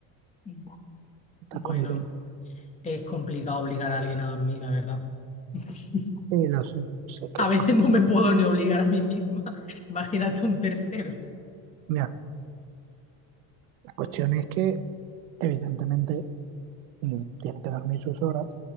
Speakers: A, on the left; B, on the right.
A: Mm,
B: está
A: Bueno,
B: con nivel.
A: es complicado obligar a alguien a dormir, la verdad. <laughs>
B: Eh, lo sé, lo sé que
A: A
B: es
A: veces
B: complejo.
A: no me puedo ni obligar a mí misma. <laughs> Imagínate un tercero.
B: Mira, la cuestión es que evidentemente mm, tiene que dormir sus horas,